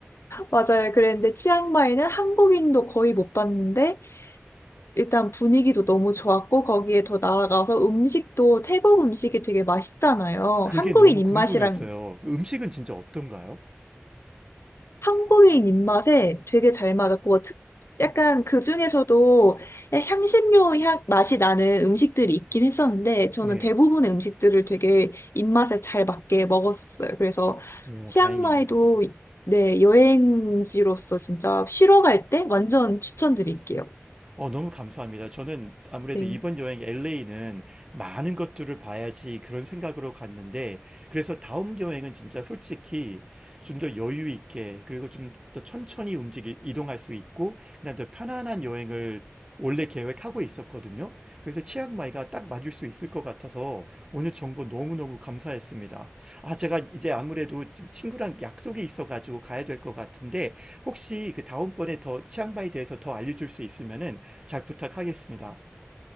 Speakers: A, on the left; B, on the right.
A: 맞아요. 그랬는데 치앙마이는 한국인도 거의 못 봤는데 일단 분위기도 너무 좋았고 거기에 더 나아가서 음식도 태국 음식이 되게 맛있잖아요.
B: 그게
A: 한국인
B: 너무
A: 입맛이랑
B: 궁금했어요. 음식은 진짜 어떤가요?
A: 한국인 입맛에 되게 잘 맞았고 특, 약간 그 중에서도 향신료 향 맛이 나는 음식들이 있긴 했었는데 저는
B: 네.
A: 대부분의 음식들을 되게 입맛에 잘 맞게 먹었었어요. 그래서
B: 오,
A: 치앙마이도
B: 다행이네요.
A: 네, 여행지로서 진짜 쉬러 갈 때 완전 추천드릴게요.
B: 어, 너무 감사합니다. 저는 아무래도
A: 네.
B: 이번 여행 LA는 많은 것들을 봐야지 그런 생각으로 갔는데, 그래서 다음 여행은 진짜 솔직히 좀 더 여유 있게, 그리고 좀 더 천천히 움직이, 이동할 수 있고, 그냥 더 편안한 여행을 원래 계획하고 있었거든요. 그래서 치앙마이가 딱 맞을 수 있을 것 같아서 오늘 정보 너무너무 감사했습니다. 아, 제가 이제 아무래도 지금 친구랑 약속이 있어가지고 가야 될 것 같은데, 혹시 그 다음번에 더 치앙마이에 대해서 더 알려줄 수 있으면은 잘 부탁하겠습니다.